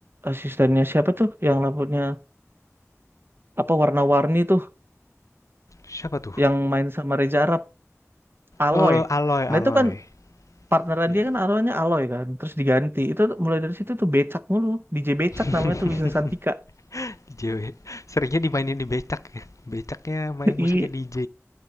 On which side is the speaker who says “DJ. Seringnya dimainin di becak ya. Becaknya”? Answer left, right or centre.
Left